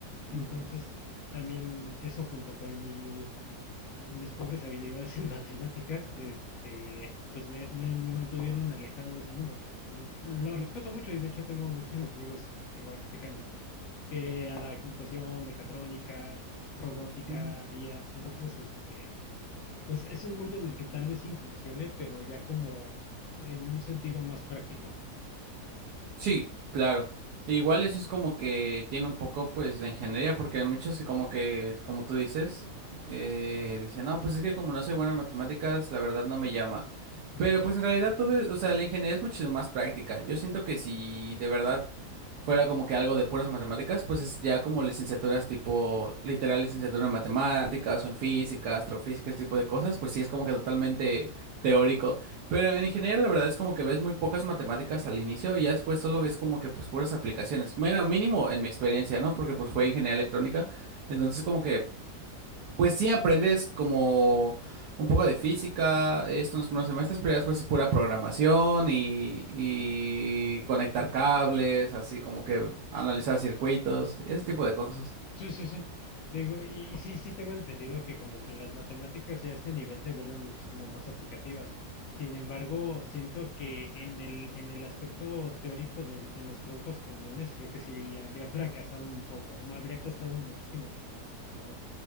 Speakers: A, on the left (about 60°); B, on the right (about 75°).
A: Entonces,
B: ujú,
A: también eso junto con mi, eh, mis pobres habilidades en <laughs> matemáticas, este, pues me, me- me mantuvieron alejado de ese mundo, pero le- lo
B: ujú,
A: respeto mucho y de hecho tengo muchísimos amigos igual que secan que a la computación, mecatrónica, robótica,
B: ujú.
A: IA. Entonces, este, pues es un mundo en el que tal vez incursione, pero ya como en un sentido más práctico.
B: Sí, claro. E igual eso es como que tiene un poco pues la ingeniería, porque hay muchos que como que, como tú dices, eh, dicen, no, pues es que como no soy bueno en matemáticas, la verdad no me llama.
A: Ujú,
B: Pero pues en realidad todo, es- o sea, la ingeniería es muchísimo más práctica. Yo siento que si de verdad fuera como que algo de puras matemáticas, pues es ya como licenciaturas tipo, literal licenciatura en matemáticas o en física, astrofísica, ese tipo de cosas,
A: ujú,
B: pues sí es como que totalmente teórico. Pero en ingeniería la verdad es como que ves muy pocas matemáticas al inicio y ya después solo ves como que pues puras aplicaciones. Bueno, mínimo
A: ujú,
B: en mi experiencia, ¿no? Porque pues fue ingeniería electrónica. Entonces
A: ujú,
B: como que pues sí aprendes como un poco de física, esto en los primeros semestres, pero ya después es pura programación y, y conectar cables, así como que analizar circuitos, ese tipo de cosas.
A: Sí, sí, sí. Digo, y, y sí, sí tengo entendido que como que las matemáticas ya a ese nivel se vuelven muchísimo más aplicativas. Sin embargo, siento que en el, en el aspecto teórico del- en los troncos comunes, creo que sí habría fracasado un poco, o me habría costado muchísimo trabajo, la verdad.